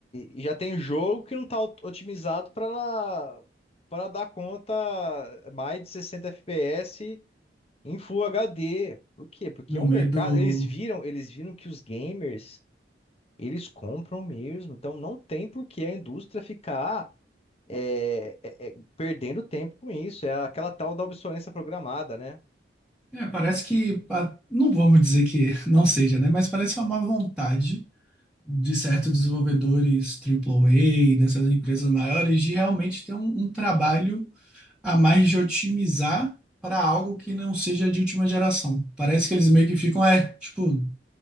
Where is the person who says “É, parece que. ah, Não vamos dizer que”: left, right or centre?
Centre